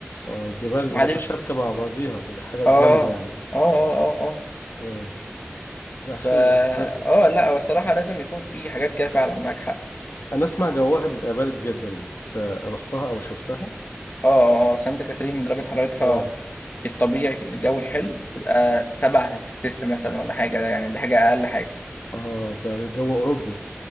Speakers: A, on the left; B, on the left.
A: اه جبال
B: ما حدش
A: متشابكه مع بعضيها دي حاجات
B: اه
A: جامده يعني
B: اه اه اه اه
A: اه لا حلو
B: فا
A: بس
B: اه لا هو الصراحة لازم يكون في حاجات كده فعلا معاك حق
A: انا اسمع جواها بيبقى بارد جدا آه، رحتها او شفتها
B: اه اه آه، سانتا كاترين درجة حرارتها
A: اه
B: في الطبيعي في الجو الحلو تبقى سبعة تحت الصفر مثلا ولا حاجة ده يعني ده حاجة أقل حاجة
A: اه ده جو اوروبي